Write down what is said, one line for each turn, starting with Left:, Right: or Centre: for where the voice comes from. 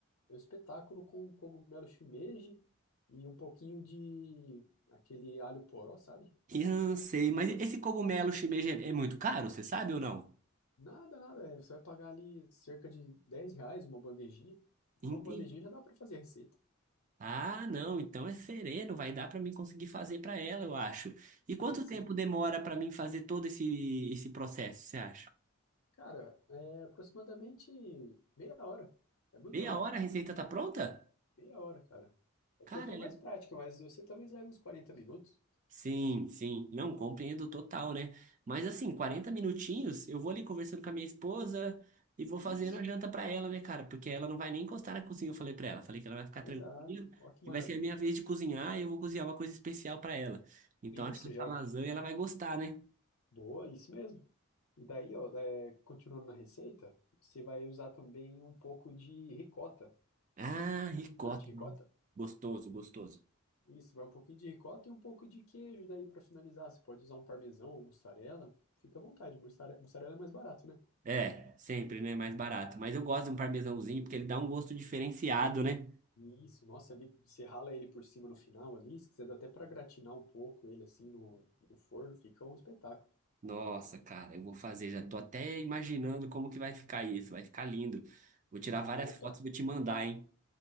Left: é um espetáculo com cogumelo shimeji e um pouquinho de aquele alho poró, sabe?
Right: Eu sei, mas esse cogumelo shimeji é é muito caro, você sabe ou não?
Left: Nada, nada. é, Você vai pagar ali cerca de 10 reais uma bandejinha.
Right: Entendi.
Left: E Uma bandejinha já dá para fazer a receita.
Right: Ah, não, então é sereno, vai dar pra mim conseguir fazer pra ela, eu acho. E quanto
Left: Sim, sim.
Right: tempo demora pra mim fazer todo esse, esse processo, você acha?
Left: Cara, é aproximadamente meia hora. É muito
Right: Meia
Left: rápido.
Right: hora a receita tá pronta?
Left: Meia hora, cara. É
Right: Cara,
Left: que eu tenho
Right: ela
Left: mais
Right: é
Left: prática, mas você talvez leve uns quarenta minutos.
Right: Sim, sim. Não, compreendo total, né? Mas assim, 40 minutinhos, eu vou ali conversando com a minha esposa e vou
Left: Isso,
Right: fazendo a janta pra ela, né, cara? Porque ela não vai nem encostar na cozinha, eu falei pra ela. Falei que ela vai ficar tranquila,
Left: exato. Ó que
Right: que
Left: maravilha.
Right: vai ser a minha vez de cozinhar e eu vou cozinhar uma coisa especial pra ela. Então
Left: Isso
Right: acho que essa
Left: já.
Right: lasanha ela vai gostar, né?
Left: Boa, isso mesmo. E daí, ó, é, continuando na receita, você vai usar também um pouco de ricota.
Right: Ah, ricota,
Left: Tu curte ricota?
Right: não. Gostoso, gostoso.
Left: Isso, vai um pouquinho de ricota e um pouco de queijo daí pra finalizar. Você pode usar um parmesão ou mussarela. Fica à vontade, mussare- mussarela é mais barato, né?
Right: É, sempre, né? Mais barato. Mas eu gosto de um parmesãozinho porque ele dá um gosto diferenciado, né?
Left: Isso, nossa, ali você rala ele por cima no final ali, se quiser dá até pra gratinar um pouco ele assim no, no forno, fica um espetáculo.
Right: Nossa, cara, eu vou fazer, já tô até imaginando como que vai ficar isso, vai ficar lindo. Vou tirar várias
Left: Opa,
Right: fotos e vou te mandar, hein?